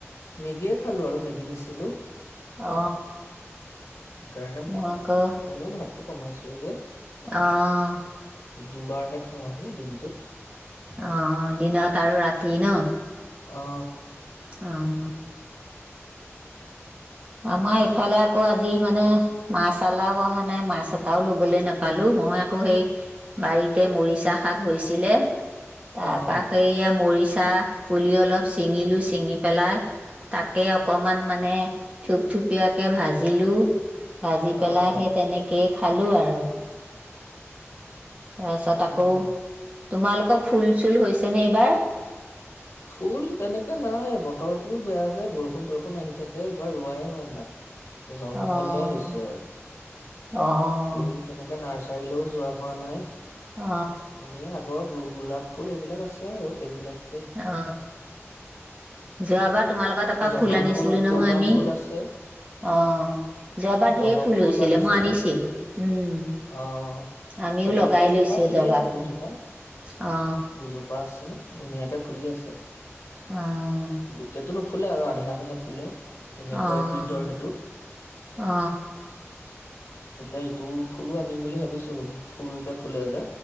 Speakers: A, on the left; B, on the right.
A: মেগীয়ে খালো আৰু মেগী নিছিলো
B: অ
A: সেই কাৰণে
B: মই আকৌ
A: মইনো ভাত কমাইছোৱে যে
B: অ
A: দুবাৰ হে খাও আৰু দিন সেটোত
B: অ দিনত আৰু ৰাতি ন
A: অ
B: অঅঅ আমাৰ এইফালে আকৌ আজি মানে মাছৱালাও আহা নাই মাছ এটাও ল'বলে নাপালো‌ মই আকৌ হেই বাৰীতে মৰিছা শাক হৈছিলে তাৰপা
A: অ',
B: সেইয়া মৰিছ ছা পুলি অলপ চিঙি লৈ চি চিঙি পেলাই তাকে অকমান মানে থূপ থুপিয়াকে ভাজিলো ভাজি পেলাই
A: অ',
B: সেই তেনেকে খালো আৰু তাৰ পাছত আকৌ
A: অ',
B: তোমালোক ফুল চুল হৈছেনে এইবাৰ
A: ফুল তেনেকে নাই বতৰটো বেয়াযে বৰষুণ চৰষুণ আহি থাকে এইবাৰ ৰোৱাই হোৱা নাই জংঘলহে
B: অ',
A: হৈছে আৰু
B: অ',
A: ফুল তেনেকে নাৰ্চ কাইলৈও যোৱা হোৱা নাই
B: অ
A: এনেই আগৰ গো গোলাপ ফুল এইবিলাক আছে আৰু সেইবিলাক
B: অ যোৱাবাৰ তোমালোক তাৰপৰা
A: জবা
B: ফুল আনিছিলোঁ নহয়
A: জবা
B: আমি
A: ফুল
B: অ
A: আছে
B: যোৱাবাৰ ঢেৰ
A: জবা
B: ফুল ৰুইছিল
A: আনিছিলো
B: মই আনিছিলোঁ ওম
A: অ
B: আমিও
A: জবা
B: লগাই
A: ফুলজোপা
B: লৈছো
A: ফুলি
B: জবাব
A: আছে
B: ফুল
A: দুজোপা
B: অ
A: দুজোপা আছে ধুনীয়াকে ফুলি আছে
B: অ
A: উম গোটেটো নুফুলে আৰু আধ লাহে লাহে ফুলে তেনেকুৱা
B: অ!
A: ব্ৰীডৰ সেইটো
B: অ!
A: এতিয়া ইটো ফুলো আনিম বুলি ভাবিছোঁ। ফুলকে ফুলে যে,